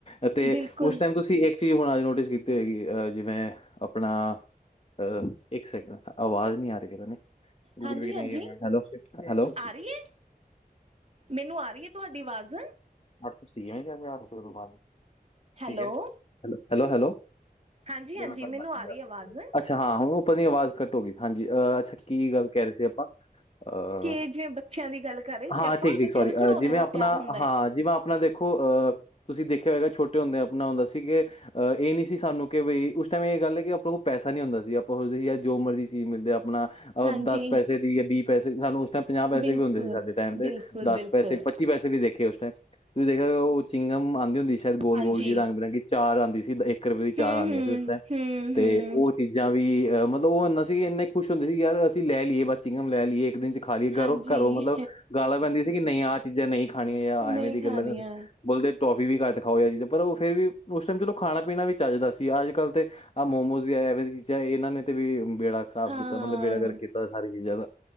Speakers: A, on the left; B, on the right.
A: ਅਤੇ
B: ਬਿਲਕੁਲ
A: ਉਸ ਟਾਈਮ ਤੁਸੀ ਇੱਕ ਚੀਜ਼ ਹੁਣ ਅੱਜ ਨੋਟਿਸ ਕੀਤੀ ਹੋਏਗੀ, ਅਹ ਜਿਵੇਂ ਆਪਣਾ ਅ ਇੱਕ ਸੇਕਿੰਡ ਸਹ ਆਵਾਜ਼ ਨਈ ਆ ਰਈ ਕਿਤੇ ਨੀ ਗੂਗਲ
B: ਹਾਂਜੀ
A: ਪੇ ਕਿੰਨੇ
B: ਹਾਂਜੀ
A: ਕਰੋ, ਹੈਲੋ, ਹੈਲੋ
B: ਆ ਰਹੀ ਹੈ ਮੈਨੂੰ ਆ ਰਈ ਐ ਤੁਆਡੀ ਆਵਾਜ਼।
A: ਅੱਠ ਸੀਆਂ ਜਾ, ਅੱਠ ਸੋ ਤੋਂ ਬਾਅਦ।
B: ਹੈਲੋ
A: ਠੀਕ ਹੈ, ਹੈਲੋ, ਹੈਲੋ
B: ਹਾਂਜੀ
A: ਜੀ
B: ਹਾਂਜੀ
A: ਮੈਂ ਕੱਲ੍ਹ
B: ਮੈਨੂੰ ਆ ਰਹੀ ਹੈ ਆਵਾਜ਼
A: ਅੱਛਾ ਹਾਂ, ਹੁ ਉਪਰ ਦੀ ਆਵਾਜ਼ ਕੱਟ ਹੋ ਗੀ, ਹਾਂਜੀ, ਅਹ ਅੱਛਾ ਕੀ ਗੱਲ ਕੈ ਰਏ ਸੀ ਆਪਾਂ? ਆ
B: ਕਿ ਜਿਵੇਂ ਬੱਚਿਆਂ ਦੀ ਗੱਲ ਕਰ ਰਹੇ ਸੀ
A: ਹਾਂ
B: ਆਪਾਂ
A: ਠੀਕ
B: ਬੱਚਿਆਂ
A: -ਠੀਕ ਸੌਰੀ
B: ਨੂੰ
A: ਅ,
B: ਖਿਡੌਣਿਆਂ
A: ਜਿਵੇਂ
B: ਦਾ
A: ਆਪਣਾ
B: ਪਿਆਰ ਹੁੰਦਾ
A: ਹਾਂ
B: ਹੈ
A: ਜਿਵੇਂ ਆਪਣਾ ਦੇ ਦੇਖੋ ਅਹ ਤੁਸੀ ਦੇਖੇਆ ਹੋਏਗਾ ਛੋਟੇ ਹੁੰਦੇ ਆਪਣਾ ਹੁੰਦਾ ਸੀ ਕੇ ਅਹ ਏ ਨੀ ਸੀ ਸਾਨੂੰ ਕਿ ਬਈ ਉਸ ਟਾਈਮ ਏ ਗੱਲ ਆ ਕਿ, ਆਪਣੇ ਕੋਲ ਪੈਸਾ ਨੀ ਹੁੰਦਾ ਸੀ ਆਪਾਂ ਸੋਚਦੇ ਸੀ ਜੋ ਮਰਜ਼ੀ ਚੀਜ਼ ਮਿਲਦੇ ਆ ਆਪਣਾ, ਅਹ
B: ਹਾਂਜੀ
A: ਦਸ ਪੈਸੇ ਦੀ ਜਾਂ ਵੀਹ ਪੈਸੇ ਸਾਨੂੰ ਤਾਂ ਪੰਜਾਹ ਪੈਸੇ
B: ਬਿਲਕੁਲ
A: ਵੀ ਹੁੰਦੇ ਸੀ, ਸਾਡੇ ਟਾਈਮ ਤੇ
B: ਬਿਲਕੁਲ
A: ਦਸ
B: ਬਿਲਕੁਲ
A: ਪੈਸੇ ਪੱਚੀ ਪੈਸੇ ਵੀ ਦੇਖੇ ਉਸ ਟਾਈਮ ਲੇਕੀਨ ਉਹ ਚਿੰਗਮ ਆਂਦੀ ਹੁੰਦੀ ਸ਼ਾਇਦ ਗੋਲ-
B: ਹਾਂਜੀ
A: ਗੋਲ ਜੇਈ ਰੰਗ -ਬਿਰੰਗੀ ਚਾਰ ਆਂਦੀ ਸੀ ਬਈ। ਇੱਕ ਰੁਪਏ ਦੀ ਚਾਰ
B: ਹਮ
A: ਆਂਦੀਆਂ
B: ਹਮ
A: ਸੀ ਉਸ ਟਾਈਮ
B: ਹਮ
A: ਤੇ
B: ਹਮ
A: ਓ ਚੀਜ਼ਾਂ ਵੀ, ਅਹ ਮਤਲਬ ਓ ਹੁੰਦਾ ਸੀ ਇੰਨੇ ਖੁਸ਼ ਹੁੰਦੇ ਸੀ, ਯਾਰ ਅਸੀ ਲੈ ਲਈਏ, ਬਸ ਚਿੰਗਮ ਲੈ ਲਈਏ ਇੱਕ ਦਿਨ ਚ'। ਖਾ ਲਈਏ ਗਰੋਂ,
B: ਹਾਂਜੀ
A: ਘਰੋ- ਘਰੋ ਮਤਲਬ ਗਾਲਾ ਪੈਂਦੀਆਂ ਸੀ ਕਿ, ਨਈ ਆਹ ਚੀਜ਼ਾਂ ਨਹੀ ਖਾਣੀਆਂ ਜਾਂ
B: ਨਹੀਂ
A: ਐਵੇਂ ਦੀ
B: ਖਾਣੀਆਂ
A: ਗੱਲਾਂ ਬੋਲਦੇ ਟੋਫੀ ਵੀ ਘੱਟ ਖਾਓ, ਪਰ ਉਹ ਫੇਰ ਵੀ ਉਸ ਟਾਈਮ ਚਲੋ ਖਾਣਾ ਪੀਣਾ ਵੀ ਚੱਜਦਾ ਸੀ ਅੱਜ ਕੱਲ੍ਹ ਤੇ ਆਹ, ਮੋਮੋਸ਼ ਜਾਂ ਐਵੇਂ ਦੀ ਚੀਜ਼ਾਂ ਇਹਨਾਂ ਨੇ ਤੇ ਵੀ। ਬੇੜਾ ਖ਼ਰਾਬ
B: ਹਾਂ
A: ਕੀਤਾ ਮਤਲਬ ਬੇੜਾ ਗਰਕ ਕੀਤਾ ਸਾਰੀ ਚੀਜ਼ਾਂ ਦਾ।